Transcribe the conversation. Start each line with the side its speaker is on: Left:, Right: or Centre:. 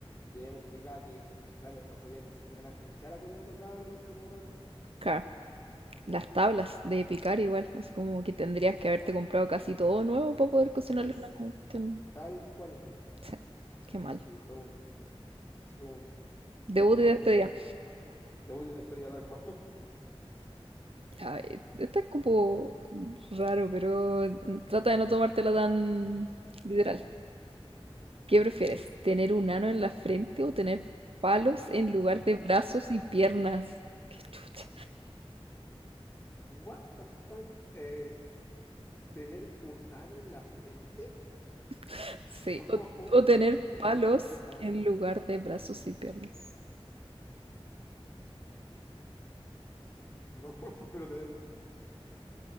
Left: y ella me explicaba que, claro, no podía ni siquiera la cuchara como tocar como otra cosa. po.
Right: Claro. Las tablas de picar igual. Así como que tendrías que haberte
Left: Eh,
Right: comprado casi todo nuevo para poder cocinarle
Left: Es
Right: una cuestión.
Left: tal cual.
Right: Sí, qué mal.
Left: Así que fue un, eso fue un,
Right: Debut
Left: un paréntesis
Right: y despedida.
Left: random. Debut y despedida tal cual. <laughs>
Right: Ya, eh, esta es como
Left: Ya.
Right: raro, pero trata de no tomártela tan literal.
Left: Ajá.
Right: ¿Qué prefieres? ¿Tener un ano en la frente o tener palos en lugar de brazos y piernas? Qué chucha.
Left: What the fuck? Eh, ¿tener un ano en la frente?
Right: <laughs>
Left: <laughs>
Right: Sí,
Left: ¿O
Right: o, o tener
Left: ¿Tener
Right: palos
Left: palos?
Right: en lugar de brazos y piernas.
Left: No, <laughs> pero tener...